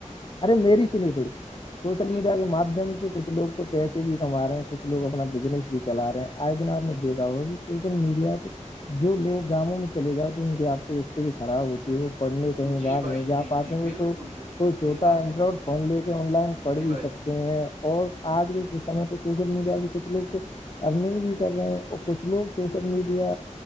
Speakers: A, on the left; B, on the right.
A: ارے میری سنی ہے تھوڑی سوشل
B: جی
A: میڈیا کے مادھیم سے کچھ لوگ تو پیسے بھی کما رہے ہیں کچھ لوگ اپنا بزنس بھی چلا رہے ہیں آئے دن آپ
B: جی
A: نے دیکا ہوا بھی میڈیا سے جو لوگ گاؤوں میں چلے جا تو ان کی آرتک است خراب ہوتی ہے وہ پڑھنے کہیں
B: جی
A: باہار نہیں
B: بھائی جی
A: جا پاتے
B: جی
A: ہو
B: بالکل
A: تو
B: بالکل
A: کوئی چھوٹا
B: صحیح بات
A: اینڈرائڈ
B: ہے
A: فون لے کے آن لائن پڑھ
B: جی
A: بھی
B: بھائی
A: سکتے اور آج کے سمے تو سوشل میڈیا پہ کچھ لوگ تو ارننگ بھی کر رہے ہیں اور کچھ لوگ سوشل میڈیا